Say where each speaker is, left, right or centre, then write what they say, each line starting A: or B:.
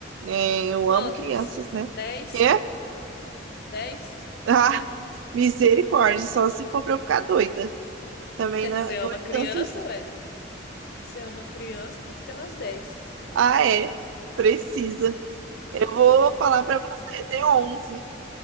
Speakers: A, on the right; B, on the left.
A: É, eu
B: Quantos?
A: amo crianças, né?
B: Dez?
A: Quê? <laughs>
B: Dez?
A: Ah, misericórdia, só se for pra eu ficar doida. Também
B: <laughs>
A: não,
B: Você
A: é,
B: é
A: não
B: uma
A: é
B: criança,
A: tantos.
B: ué? Você é uma criança, tem que ter umas dez.
A: Ah, é. Precisa. Eu vou falar pra você, tem onze